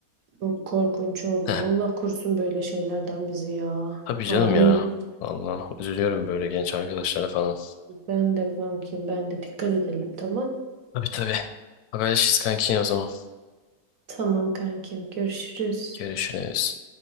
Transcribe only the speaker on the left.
Heh,
tabii canım
ya. Vallahi üzülüyorum böyle genç arkadaşlara falan.
Tabii tabii. Haberleşiriz kanki o zaman.
Görüşürüz.